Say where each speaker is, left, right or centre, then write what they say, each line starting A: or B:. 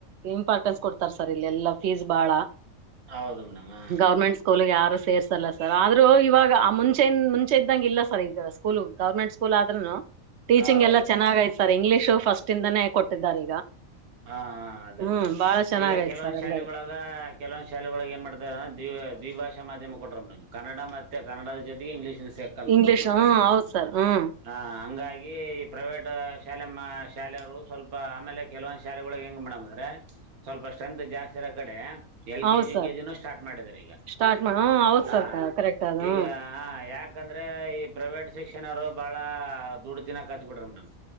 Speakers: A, on the right (about 65°); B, on the right (about 90°).
A: ಇಂಪಾರ್ಟೆನ್ಸ್ ಕೊಡ್ತಾರೆ ಸರ್ ಇಲ್ಲಿ ಎಲ್ಲಾ ಫೀಸ್ ಬಾಳ
B: ಹೌದು ಮೇಡಮ್ ಹಾ
A: ಗೌರ್ಮೆಂಟ್ ಸ್ಕೂಲ್ಗೆ ಯಾರು ಸೇರ್ಸಲ್ಲ ಸರ್ ಆದ್ರೂ ಇವಾಗ ಆ ಮುಂಚೆ ಮುಂಚೆ ಇದ್ದಂಗ ಇಲ್ಲ ಸರ್ ಈಗ ಸ್ಕೂಲ್ ಗೌರ್ಮೆಂಟ್ ಸ್ಕೂಲ್ ಆದ್ರೂನು ಟೀಚಿಂಗ್
B: ಹಾ ಹೌದು
A: ಎಲ್ಲಾ ಚೆನ್ನಾಗ
B: ಮೇಡಮ್
A: ಆಯ್ತ್ ಸರ್ ಇಂಗ್ಲೀಷ್ ಫಸ್ಟ್ ಇಂದಾನೇ ಕೊಟ್ಟಿದ್ದಾರೆ ಈಗ
B: ಹಾ ಅದೇ
A: ಹ್ಮ್
B: ಮೇಡಮ್
A: ಬಾಳ ಚೆನ್ನಾಗ
B: ಈಗ
A: ಐತ್
B: ಕೆಲವೊಂದ್
A: ಸರ್
B: ಶಾಲೆಗಳಳಗ
A: ಎಲ್ಲರೂ
B: ಕೆಲವೊಂದ್ ಶಾಲೆಗಳಗ ಏನ್ ಮಾಡ್ತಾರೆ ದ ದ್ವಿಭಾಷ ಮಾಧ್ಯಮ ಕೊಟ್ಟರು ಮೇಡ್ ಕನ್ನಡ ಮೆ ಕನ್ನಡದ ಜೊತೆಗೆ ಇಂಗ್ಲೀಷ್ ಕಲ್ಸಬಕ್
A: ಇಂಗ್ಲಿಷ್
B: ಮಕ್ಕಳಿಗೆ
A: ಹ್ಮ ಹೌದ್ ಸರ್ ಹ್ಮ್
B: ಹ ಹಂಗಾಗಿ ಈ ಪ್ರೈವೇಟ್ ಶಾಲೆ ಶಾಲೆಯರು ಸ್ವಲ್ಪ ಆಮೇಲೆ ಕೆಲವೊಂದು ಶಾಲೆ ಒಳ ಹೆಂಗ್ ಮಾಡ ಅಂದ್ರೆ ಸ್ವಲ್ಪ ಸ್ಟ್ರೆಂತ್ ಜಾಸ್ತಿ ಇರೋ ಕಡೆ ಎಲ್
A: ಹೌದ್
B: ಕೆ ಜಿ ಯು
A: ಸರ್
B: ಕೆ ಜಿನೂ ಸ್ಟಾರ್ಟ್ ಮಾಡಿದ್ದಾರೆ ಈಗ
A: ಸ್ಟಾರ್ಟ್ ಮಾಡ ಹ್ಮ್ ಹೌದ್
B: ಹಾ
A: ಸರ್ ಕರೆಕ್ಟ್ ಅದು
B: ಈಗ
A: ಹ್ಮ್
B: ಹ ಯಾಕಂದ್ರೆ ಈ ಪ್ರೈವೇಟ್ ಶಕ್ಷ ಕ್ಷಣರು ಬಹಳ ದುಡ್ಡು ತಿನ್ನಕತ್ ಬಿಟ್ರೀ ಮೇಡಮ್